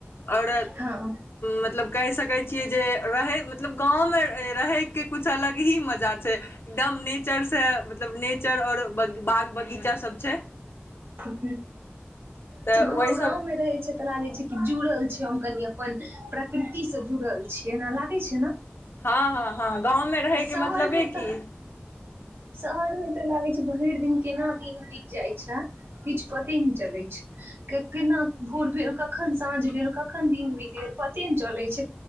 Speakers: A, on the left (about 70°); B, on the right (about 65°).
A: आओर
B: हँ
A: मतलब कहि सकैत छियै जे रहैत मतलब गाँव मे रहैके कुछ अलग ही मजा छै एकदम नेचर से मतलब नेचर आओर बाग बगीचा सब छै
B: हूँ
A: तऽ
B: से घ
A: ओहि
B: गाँंव
A: सब
B: मे रहे छै तऽ लागे छै कि जुड़ल छै हम कनि अपन प्रकृति से जुड़ल छीयै एना लागे छै न
A: हँ हँ हँ गाँवमे रहैके
B: शहर
A: मतलबे
B: मे तऽ
A: की
B: शहरमे तऽ लागे छै भैर दिन केना दिन बीत जाय छै किछु पते नहि चलैत छै केना भोर भेल क कखन साँझ भेल कखन दिन भीत गेल पते ने चले छै